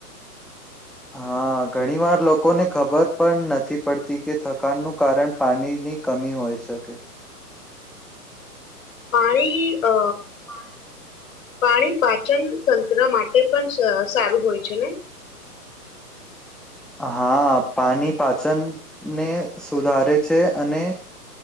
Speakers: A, in the centre; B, on the left (about 55°).
A: હા ઘણી વાર લોકોને ખબર પણ નથી પડતી કે થકાનનું કારણ પાણીની કમી હોય શકે
B: પાણી અ
A: હા
B: પાણી પાચન તંત્ર માટે પણ સારું હોય છે ને
A: હા પાણી પાચનને સુધારે છે અને